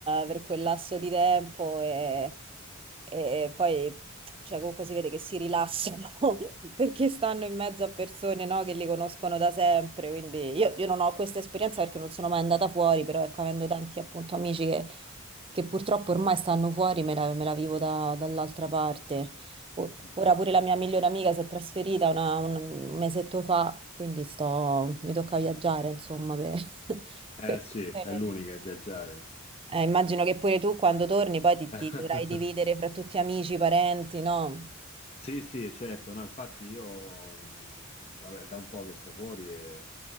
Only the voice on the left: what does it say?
Mhm.
Eh
sì,
è l'unica,
è viaggiare.
<laughs>
Sì, sì, certo, no, infatti io, mh, vabbè, da un po' che sto fuori e,